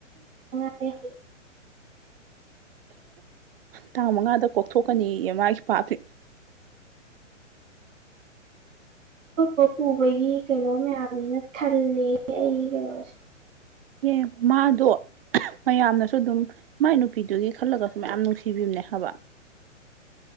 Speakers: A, on the right; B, on the right.
A: ꯉꯔꯦ
B: ꯇꯥꯡ ꯃꯉꯥꯗ ꯀꯣꯛꯊꯣꯛꯀꯅꯤ ꯃꯥꯒꯤ ꯄꯥ
A: ꯕ ꯄꯨꯕꯒꯤ ꯀꯩꯅꯣ ꯃꯌꯥꯝꯁꯤꯅ ꯈꯜꯂ ꯑꯩꯒꯤ ꯀꯩꯅꯣꯁꯦ
B: ꯑꯦ ꯃꯥꯗꯣ ꯃꯌꯥꯝꯅꯁꯨ ꯑꯗꯨꯝ ꯃꯥꯏ ꯅꯨꯄꯤꯗꯨꯒꯤ ꯈꯜꯂꯒꯁꯨ ꯃꯌꯥꯝ ꯅꯨꯡꯁꯤꯕꯤꯕꯅꯦ ꯍꯥꯏꯕ